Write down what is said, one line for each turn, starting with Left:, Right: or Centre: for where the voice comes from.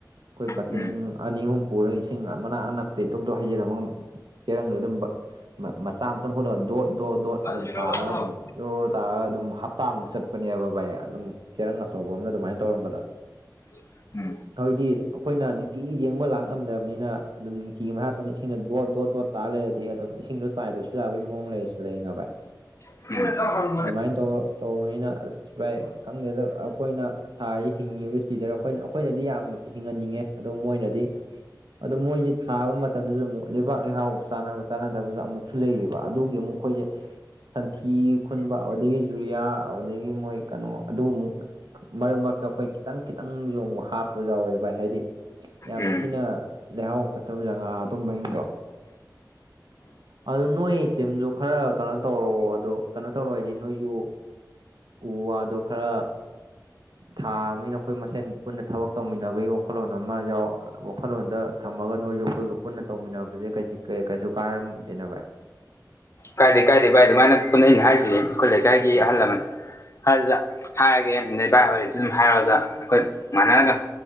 Right: ꯑꯩꯈꯣꯏ
Left: ꯎꯝ
Right: ꯕꯥꯇꯤꯟ ꯑꯅꯤ ꯑꯍꯨꯝ ꯄꯨꯔꯒ ꯏꯁꯤꯡ ꯃꯅꯥꯛ ꯑꯅꯛ ꯇꯩ ꯇꯣꯞ ꯗꯣꯞ ꯍꯩꯖꯔꯝꯃꯒ ꯆꯦꯔꯪ ꯂꯩꯗꯝꯕ ꯃ ꯃꯆꯥ ꯑꯃꯇꯪ ꯍꯨꯠꯂꯒ ꯗꯣꯠ ꯗꯣꯠ ꯗꯣꯠ
Left: ꯎꯝ
Right: ꯑꯗꯨꯝ ꯇꯥꯔꯒ ꯑꯗꯨꯝ ꯖꯣ ꯇꯥꯔꯒ ꯑꯗꯨꯝ ꯍꯞꯇꯥꯃꯨꯛ ꯆꯠꯄꯅꯦꯕ ꯚꯥꯏ ꯑꯗꯨꯝ ꯆꯦꯔꯪ ꯑꯆꯧꯕ ꯑꯃꯅ ꯑꯗꯨꯃꯥꯏꯅ ꯇꯧꯔꯝꯕꯗ
Left: <unintelligible>
Right: ꯍꯥꯏꯗꯤ ꯑꯩꯈꯣꯏꯅ ꯅꯨꯡꯇꯤꯒꯤ ꯌꯦꯡꯕ ꯂꯥꯛ ꯉꯝꯗꯕꯅꯤꯅ ꯑꯗꯨꯝ ꯅꯨꯡꯇꯤꯒꯤ ꯃꯥꯍꯥꯊꯣꯟꯅ ꯏꯁꯤꯡꯅ ꯗꯣꯠ ꯗꯣꯠ ꯗꯣꯠ ꯇꯥ ꯂꯩꯔꯗꯤ ꯑꯗꯨꯝ ꯏꯁꯤꯡꯗꯣ ꯆꯥꯏꯗ꯭ꯔꯁꯨ ꯌꯥꯕꯒꯤ ꯃꯑꯣꯡ ꯂꯩꯔꯁꯨ ꯂꯩꯩꯅ ꯚꯥꯏ
Left: <unintelligible>
Right: ꯑꯗꯨꯃꯥꯏꯅ ꯇꯧꯔ ꯇꯧꯕꯅꯤꯅ ꯑꯁ ꯚꯥꯏ ꯈꯪꯗꯦꯗ ꯑꯩꯈꯣꯏꯅ ꯊꯥꯔꯤꯁꯤ ꯍꯤꯡꯉꯤꯕ ꯁꯤꯗꯔ ꯑꯩꯈꯣꯏꯅ ꯑꯩꯈꯣꯏꯅꯗꯤ ꯌꯥꯝ ꯍꯤꯡꯍꯟꯅꯤꯡꯉꯦ ꯑꯗꯣ ꯃꯣꯏꯅꯗꯤ ꯑꯗꯣ ꯃꯣꯏꯁꯦ ꯊꯥꯕ ꯃꯇꯝꯗꯁꯨ ꯑꯃꯨꯛ ꯂꯩꯕꯥꯛ ꯂꯩꯍꯥꯎ ꯆꯥꯅꯕ ꯆꯥꯟꯅꯗꯕꯁꯨ ꯑꯃꯨꯛꯁꯨ ꯂꯩꯔꯤꯕ ꯑꯗꯨꯒꯤ ꯑꯃꯨꯛ ꯑꯩꯈꯣꯏꯁꯦ ꯁꯟꯊꯤ ꯈꯨꯟꯕ ꯑꯗꯨꯗꯒꯤ ꯖꯨꯔꯤꯌꯥ ꯑꯗꯨꯗꯒꯤ ꯃꯣꯏ ꯀꯩꯅꯣ ꯑꯗꯨꯒꯃꯨꯛ ꯃꯔꯛ ꯃꯔꯛꯇ ꯑꯩꯈꯣꯏ ꯈꯤꯇꯪ ꯈꯤꯇꯪ ꯌꯣꯡꯕ ꯍꯥꯞꯄ ꯌꯥꯎꯋꯦ ꯚꯥꯏ ꯍꯥꯏꯗꯤ ꯌꯥꯝ
Left: ꯎꯝ
Right: ꯊꯤꯅ ꯂꯩꯍꯥꯎ ꯐꯠꯇꯕ ꯖꯒꯥ ꯑꯗꯨꯝꯕꯁꯤꯡꯗꯣ ꯑꯗꯨ ꯅꯣꯏ ꯇꯤꯝꯗꯨ ꯈꯔ ꯀꯩꯅꯣ ꯇꯧꯔꯣꯑꯣ ꯑꯗꯨ ꯀꯩꯅꯣ ꯇꯧꯔ ꯍꯥꯏꯗꯤ ꯅꯣꯏꯁꯨ ꯎ ꯋꯥꯗꯣ ꯈꯔ ꯊꯥ ꯑꯃꯅꯤꯅ ꯑꯩꯈꯣꯏ ꯃꯁꯦꯟ ꯄꯨꯟꯅ ꯊꯕꯛ ꯇꯧꯃꯤꯟꯅꯕꯒꯤ ꯋꯥꯈꯜꯂꯣꯟ ꯑꯃ ꯌꯥꯎ ꯋꯥꯈꯜꯂꯣꯟꯗ ꯊꯝꯃꯒ ꯅꯣꯏ ꯌꯣꯛꯈꯣꯏꯒ ꯄꯨꯟꯅ ꯇꯧꯃꯤꯟꯅꯕꯁꯦ ꯀꯩꯁꯨ ꯀꯥꯏꯔꯝꯗꯦꯅꯦꯕꯚ
Left: ꯀꯥꯏꯗꯦ ꯀꯥꯏꯗꯦ ꯚꯥꯏ ꯑꯗꯨꯃꯥꯏꯅ ꯄꯨꯟꯅꯩꯅ ꯍꯥꯏꯁꯤ ꯑꯩꯈꯣꯏ ꯂꯩꯀꯥꯏꯒꯤ
Right: ꯎꯝ
Left: ꯑꯍꯜ ꯂꯃꯟ ꯑꯗꯨꯗ ꯍꯥꯏꯔꯒꯦ ꯚꯥꯏ ꯍꯣꯏꯁꯨ ꯑꯗꯨꯨꯝ ꯍꯥꯏꯔꯛꯑꯒ ꯑꯩꯈꯣꯏ ꯃꯥꯟꯅꯅ